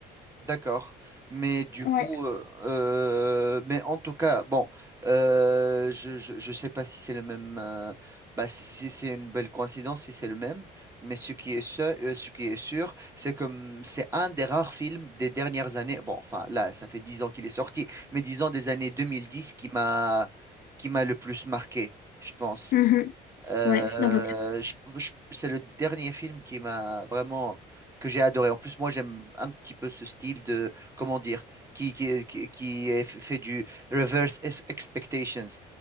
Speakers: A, on the right; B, on the left.
A: D'accord. Mais du
B: Ouais.
A: coup, euh, euh, mais en tout cas, bon, euh, je, je, je sais pas si c'est le même, euh, bah, si, si c'est une belle coïncidence, si c'est le même, mais ce qui est sûr, euh, ce qui est sûr, c'est comme c'est un des rares films des dernières années, bon, enfin là, ça fait dix ans qu'il est sorti, mais disons des années 2010 qui m'a qui m'a le plus marqué, je pense.
B: Mhm.
A: Euh,
B: Ouais, non, bah,
A: je- je- c'est le dernier film qui m'a vraiment que j'ai adoré. En plus, moi, j'aime un petit peu ce style de, comment dire, qui, qui, qui qui est fait du reverse ex- expectations.